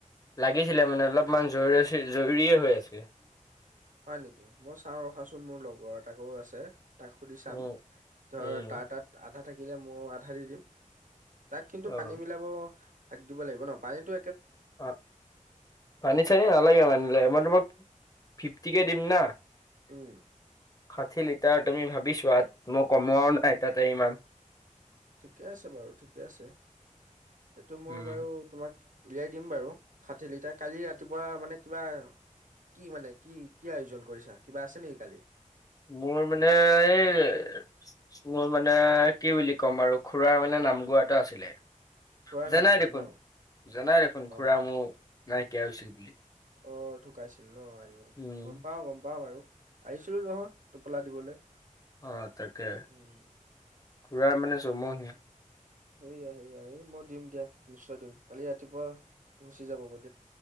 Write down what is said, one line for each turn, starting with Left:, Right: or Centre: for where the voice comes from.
Left: লাগিছিলে মানে অলপমান জৰু জৰুৰীয়ে হৈ আছিল।
Right: হয় নেকি মই চাওঁ ৰখাচোন মোৰ লগৰ এটাকো আছে। তাক সুধি চাম
Left: উম,
Right: ধৰ
Left: উম,
Right: তাৰ তাত আধা থাকিলে ময়ো আধা দি দিম। তাক কিন্তু
Left: অ',
Right: পানী মিলাব শাক দিব লাগিব ন পানীতটো
Left: অ তনি চনি নালাগে মনিল ম ম ফিফটি কে দিম ন।
Right: উম
Left: ষাঠি লিটাৰ তুমি ভাবি চোৱা মই কমোৱাও নাই তাতে ইমান
Right: ঠিকে আছে বাৰু ঠিকে আছে সেইটো মই
Left: উম,
Right: বাৰু তোমাক। উলিয়াই দিম বাৰু ষাঠি লিটাৰ কালি ৰাতিপুৱা মানে কিবা কি মানে কি? কি আয়োজন কৰিছা কিবা আছে নেকি কালি?
Left: মোৰ মানে এই মোৰ মানে কি বুলি ক'ম আৰু খুড়া মানে নাম গোৱা এটা আছিলে।
Right: খোৱাৰ নাম
Left: জানাই
Right: কোৱা
Left: দেখোন
Right: ন
Left: জানাই দেখোন খুড়া
Right: অ
Left: মোৰ নাইকিয়া হৈছিল বুলি
Right: অ ঢুকাইছিল। ল' আহ
Left: উম,
Right: গম পাও গম পাও, বাৰু আহিছিলো নহয় টোপোলা দিবলৈ।
Left: অ তাকে
Right: উম,
Left: খুড়াৰ মানে চমহীয়া?
Right: সেয়া সেয়াই, এই মই দিম দিয়া, নিশ্চয় দিম। কালি ৰাতিপুৱা গুচি যাব গৈ।